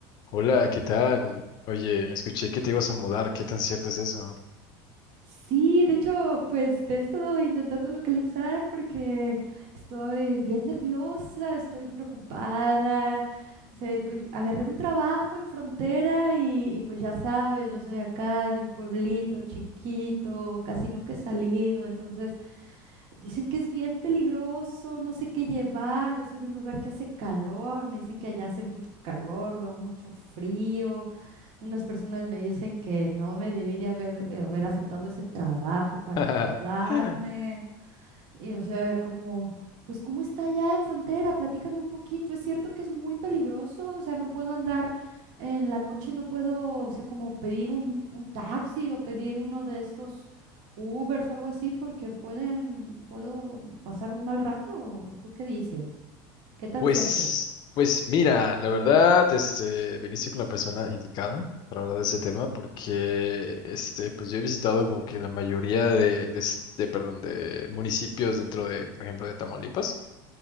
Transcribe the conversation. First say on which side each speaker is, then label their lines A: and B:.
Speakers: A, on the left; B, on the right.
A: Hola, ¿qué tal? Oye, escuché que te ibas a mudar, ¿qué tan cierto es eso?
B: Sí, de hecho, pues te he estado intentando localizar porque estoy bien nerviosa, estoy preocupada. O sea, pues, agarré un trabajo en frontera y, y pues ya sabes, yo soy acá de un pueblito chiquito, casi nunca he salido, entonces dicen que es bien peligroso, no sé qué llevar, yo soy de un lugar que hace calor, me dicen que allá hace mucho calor, luego mucho frío. Unas personas me dicen que no me debí de haber, eh, haber aceptado ese trabajo para
A: <laughs>
B: mudarme. Y, o sea, como, pues, ¿cómo está allá en frontera? Platícame un poquito. Es cierto que es muy peligroso. O sea, no puedo andar en la noche, no puedo, o sea, como pedir un, un taxi o pedir uno de estos Ubers o algo así, porque pueden, puedo pasar un mal rato. ¿O tú qué dices? ¿Qué tan
A: Pues,
B: cierto es?
A: pues mira, la verdad, este, viniste con la persona indicada para hablar de ese tema, porque, este, pues yo he visitado como que la mayoría de, de, s- de, perdón, de municipios dentro de, por ejemplo, de Tamaulipas.